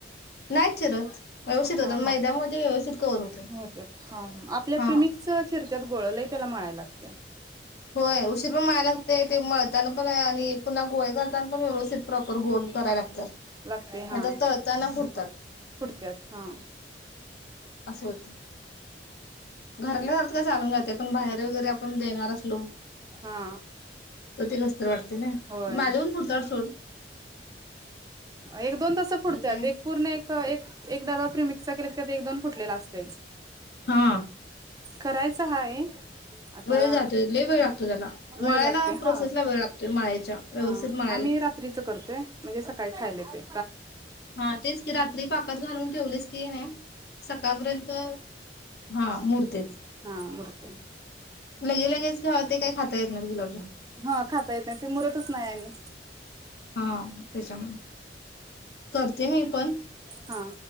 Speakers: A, on the left (about 65°); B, on the right (about 20°).
A: नाही चिरत. व्यवस्थित होतात
B: हा हा
A: मैद्यामध्ये व्यवस्थित कवर होतात
B: होत्यात हा ह आपल्या
A: हा
B: प्रेमिकच चिरत्यात गोळ लय त्याला मळायला लागतय.
A: होय उशीर पण माय लागते ते मळताना पण आणि पुन्हा गोळे करताना पण व्यवस्थित प्रॉपर गोल करायला लागतात
B: लागते हा
A: नाहीतर तळताना फुटतात
B: पुढत्यात हा
A: असं होतं घरातल्या घरात काय चालून जाते पण बाहेर वगैरे आपण देणार असलो
B: हा
A: तर ते कसतरी वाटतय ना
B: होय
A: माझ्या पण फुटत्यात. सून
B: एक दोन तस पुडत
A: काय
B: एक पूर्ण एक एकदा बापरी मिक्स केले एक दोन फुटलेला असतेच.
A: हा.
B: करायचं हाय. आता
A: वेळ जातो लय वेळ लागतो त्याला
B: वेळ
A: मळाला
B: लागते
A: प्रोसेस
B: हा
A: ला वेळ लागतोय माळच्या व्यवस्थित
B: हा
A: मळाला
B: आम्ही
A: लागत.
B: रात्रीच करतोय म्हणजे सकाळी खायला ते
A: हा तेच की रात्री पाकात घालून ठेवलीस की नाही. सकाळपर्यंत हा मूर्त <unintelligible>
B: हा मुरते
A: लगे लगेच घेवाते काय खातय मग जुलाबजाम
B: हा खाता येत नाही ते मुरतच नाही आणि
A: हा त्याच्या करते मी पण
B: हा